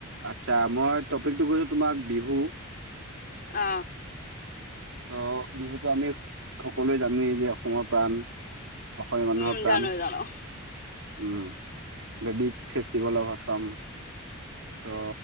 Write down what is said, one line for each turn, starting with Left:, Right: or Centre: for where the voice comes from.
Right: আত্চ্ছা, মই টপিকটো কৈছো তোমাক বিহু।
Left: অ।
Right: ত বিহুতো আমি সকলোৱে জানোৱেই যে অসমৰ প্ৰাণ, অসমীয়া মানুহৰ
Left: উম
Right: প্ৰাণ।
Left: জানো জানো
Right: um, the big festival of Assam. ত